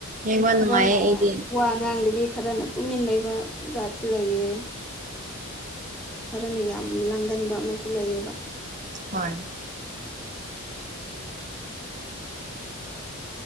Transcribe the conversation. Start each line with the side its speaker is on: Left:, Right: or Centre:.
Right: ꯌꯦꯡꯕ ꯅꯨꯡꯉꯥꯏꯌꯦ
Centre: ꯈꯔꯅ
Right: ꯑꯩꯗꯤ
Centre: ꯋꯥ ꯉꯥꯡꯗꯕꯤ ꯈꯔꯅ ꯇꯨꯃꯤꯟꯅ ꯂꯩꯕ ꯖꯥꯠꯁꯨ ꯂꯩꯌꯦ ꯐꯔꯅ ꯌꯥꯝ ꯂꯥꯡꯒꯟꯕ ꯑꯃꯁꯨ ꯂꯩꯌꯦꯕ
Right: ꯍꯣꯏ